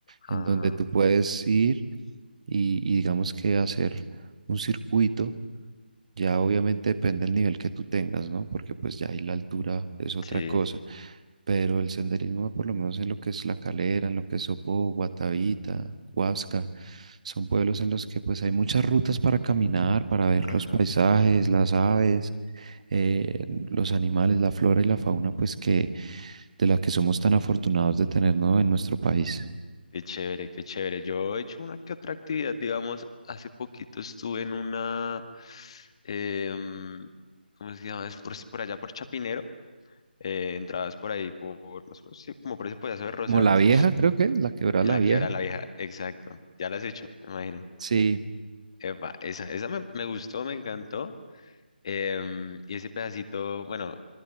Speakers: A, on the left; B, on the right.
A: Ah,
B: en donde tú puedes ir y, y digamos que hacer un circuito ya obviamente depende del nivel que tú tengas, ¿no? Porque pues ya ahí la altura es otra
A: sí.
B: cosa. Pero el senderismo, por lo menos en lo que es La Calera, en lo que es Sopó, Guatavita, Huasca, son pueblos en los que pues hay muchas rutas para caminar, para ver
A: Ajá.
B: los paisajes, las aves, eh, los animales, la flora y la fauna, pues que de la que somos tan afortunados de tener, ¿no? En nuestro país.
A: Qué chévere, qué chévere. Yo he hecho una que otra actividad, digamos, hace poquito estuve en una, em, ¿cómo se llama? Es por, por allá por Chapinero, eh, entradas por ahí, por, más o menos, sí, como por ese pedazo de Rosales,
B: Como la vieja, creo que, la quebrada
A: en
B: la
A: la
B: vieja.
A: Quebrada la Vieja, exacto. Ya la has hecho, me imagino.
B: Sí,
A: Epa, esa, esa me, me gustó, me encantó. em, y ese pedacito, bueno,